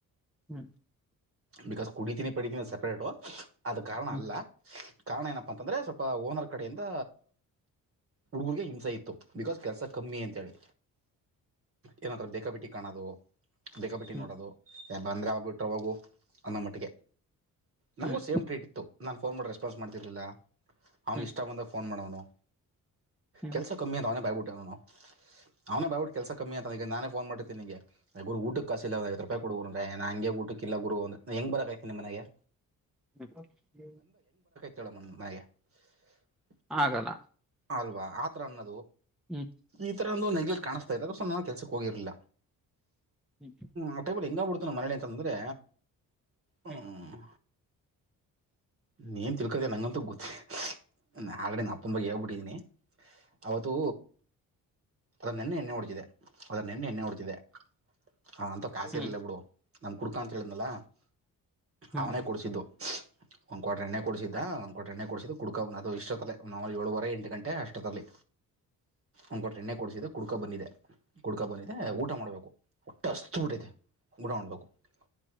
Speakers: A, in the centre; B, on the right.
A: ಹ್ಮ್
B: ಬಿಕಾಸ್ ಕುಡಿತೀನಿ ಪಡಿತೀನಿ ಸಪ್ರೇಟು ಅದ ಕಾರಣ
A: ಹ್ಮ್
B: ಅಲ್ಲ ಕಾರಣ ಏನಪ್ಪಾ ಅಂತಂದ್ರೆ ಸ್ವಲ್ಪ್ ಪ ಓನರ್ ಕಡೆಯಿಂದ ಹುಡುಗರ್ಗೆ ಹಿಂಸಾ ಇತ್ತು ಬಿಕಾಸ್ ಕೆಲ್ಸ ಕಮ್ಮಿ ಅಂತೇಳಿ ಏನತ್ರ ಬೇಕಾಬಿಟಿ ಕಾಣೋದು ಬೇಕಬಿಟ್ಟಿ
A: ಹ್ಮ್
B: ನೋಡೋದು ಎ ಬಂದ್ರ ಆ ಬಿಟ್ರ ಹೊಗು ಅನ್ನೋ ಮಟ್ಟಿಗೆ ನನಗೂ
A: ಹ್ಮ್
B: ಸೇಮ್ ಟ್ರೀಟ್ ಇತ್ತು ನಾನ್ ಫೋನ್ ಮಾಡಿ ರೆಸ್ಪಾನ್ಸ್ ಮಾಡ್ತಿರಲಿಲ್ಲ ಅವ್ನಿಗೆ
A: ಹ್ಮ್
B: ಇಷ್ಟ ಬಂದಾಗ ಫೋನ್ ಮಾಡವನು
A: ಹ್ಮ್
B: ಕೆಲ್ಸ ಕಮ್ಮಿ ಅಂತ ಅವನೇ ಬಾಯ್ಬಿಟ್ಟೆ ನಾವು ಅವ್ನ ಬಾಯ್ ಬಿಟ್ಟ ಕೆಲಸ ಕಮ್ಮಿ ಅಂತ ನಾನೇ ಫೋನ್ ಮಾಡಿರ್ತಿನಿ ಊಟಕ್ಕೆ ಕಾಸಿಲ್ಲ ಒಂದ್ ಐವತ್ತ್ ರೂಪಾಯಿ ಕೊಡು ಎ ನಂಗೆ ಊಟ್ ಇಲ್ಲ ಗುರು ಅಂದ ಹೆಂಗ್ ಬರಕ್ ಕೈತೆ ನಿಮ್ ಮನೆಗೆ
A: ಬ <unintelligible>
B: ಕೆಳಮ ಭಯ <unintelligible>
A: ಆಗಲ್ಲ
B: ಅಲ್ವಾ ಆತರ ಅನ್ನೋದು
A: ಹ್ಮ್
B: ಈ ತರ ಒಂದು ನೆಗ್ಲೆಕ್ಟ್ ಕಾಣ್ತಾ ಇ <unintelligible> ನ ಕೆಲಸಕ್ಕೆ ಹೋಗಿರಲಿಲ್ಲ್
A: ಹ್ಮ್
B: ಆ ಟೈಬಲ್ ಹೆಂಗ ಬಿಡುತ್ ನ <unintelligible> ಮನಳಿ ಅಂತಂದ್ರೆ ಹ್ಮ
A: ಹ್ಮ್
B: ನೀನ್ ತಿಳ್ಕದ ನಂಗಂತೂ ಗೊತ್ತ ಆಲ್ರೆಡಿ ನಾನು ನಮ್ ಅಪ್ಪೊನ್ ಬಗ್ಗೆ ಹೇಳ್ಬಿಟ್ಟಿದೀನಿ ಅವತ್ತು ಅದನ್ನ ನೆನ್ನೆ ಎಣ್ಣೆ ಹೊಡೆದಿದೆ ಅದನ್ನ ನೆನ್ನೆ ಎಣ್ಣೆ ಹೊಡೆದಿದೆ ಅವನಂತ
A: ಹ್ಮ್
B: ಕಾಸೀರಲ್ಲ ಬಿಡು ನಾನ್ ಕುಡ್ಕ ಅಂತ ಹೇಳಿದ್ಲ
A: ಹ್ಮ್
B: ಅವನೇ ಕೊಡ್ಸಿದ್ದು ಒನ್ ಕ್ವಾಟ್ರು ಎಣ್ಣೆ ಕೊಡಸಿದ್ದ ಒಂದ್ ಕ್ವಾಟ್ರು ಎಣ್ಣೆ ಕೊಡ್ಸಿದ್ದ್ ಕುಡ್ಕ ಅದು ಇಷ್ಟಲೆ ನ ಏಳುವರೆ ಎಂಟ್ ಗಂಟ್ ಅ ಅಷ್ಟೋತಲ್ಲಿ ಒಂದ್ಕಟ್ಟರ್ ಎಣ್ಣೆ ಕೊಡ್ಸಿದೆ ಕುಡ್ಕಾ ಬಂದಿದ್ದೆ, ಕುಡ್ಕಾ ಬಂದಿದೆ ಊಟ ಮಾಡ್ಬೇಕು, ಹೊಟ್ಟೆ ಹಸ್ದಬಿಟ್ಟಿದೆ. <unintelligible>